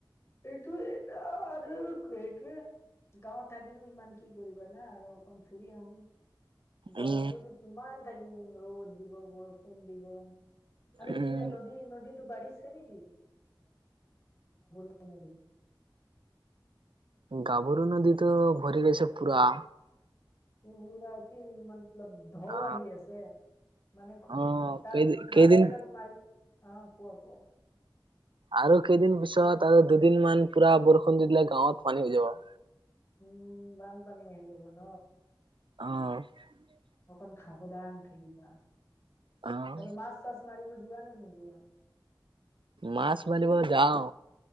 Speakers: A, on the left; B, on the right.
A: সেইটোৱে এটা আৰু সেইটোৱে গাঁৱত থাকিলো ইমান কি কৰিবা না আৰু অকণ ফুৰি আহু। গাঁৱততো
B: উম
A: কিমান থাকিম ৰ'দ দিব, বৰষুণ দিব। আৰু
B: উম
A: কি এতিয়া নদী, নদীটো বাঢ়িছে নেকি? জন দ <unintelligible>
B: গাভৰু নদীটো ভৰি গৈছে পুৰা।
A: উৰাতি ম <unintelligible> ধোৱা
B: অ
A: আহ আছে। মানে খ
B: অ
A: তাত
B: কেই কেইদিন
A: মাছ কেইটাটো মাৰ অ কোৱা কোৱ
B: আৰু কেইদিন পিছত আৰু দুদিন মান পুৰা বৰষুণ দি দিলে গাঁৱত পানী হৈ যাব।
A: উম। বানপানী হৈ যাব ন?
B: অ
A: অকণ সাৱধান থাকিবা
B: অ',
A: আৰু মাছ- চাছ মাৰিব যোৱা নাই ন যোৱা
B: মাছ মাৰিব যাওঁ।